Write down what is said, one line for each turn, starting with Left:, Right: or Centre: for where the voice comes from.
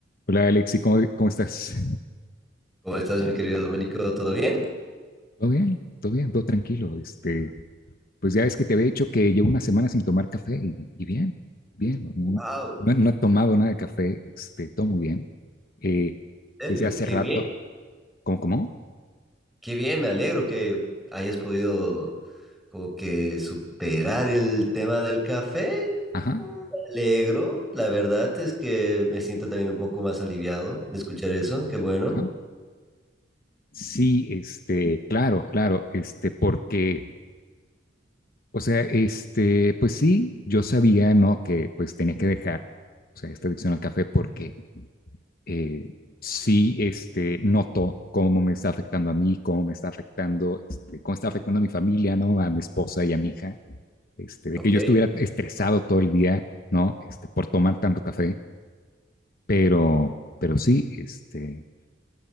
Left: Hola Alexi, ¿cómo, cómo estás?
Centre: ¿Cómo estás, mi querido Domenico? ¿Todo bien?
Left: ¿Todo bien? ¿Todo bien? ¿Todo tranquilo? Este, pues ya es que te había dicho que llevo una semana sin tomar café y, y bien, bien. No,
Centre: ¡Wow!
Left: no- no he tomado nada de café, este, todo muy bien. Eh,
Centre: ¿En
Left: desde
Centre: serio?
Left: hace
Centre: ¡Qué
Left: rato,
Centre: bien!
Left: ¿cómo, cómo?
Centre: ¡Qué bien! Me alegro que hayas podido como que superar el tema del café.
Left: Ajá,
Centre: Me alegro. La verdad es que me siento también un poco más aliviado de escuchar eso. ¡Qué bueno!
Left: ajá. Sí, este, claro, claro, este, porque, o sea, este, pues sí, yo sabía, ¿no? Que pues tenía que dejar, o sea, esta adicción al café porque eh, sí este, noto cómo me está afectando a mí, cómo me está afectando, este, cómo está afectando a mi familia, ¿no? A mi esposa y a mi hija, este, de
Centre: Ok.
Left: que yo estuviera estresado todo el día, ¿no? Este, por tomar tanto café, pero, pero sí, este,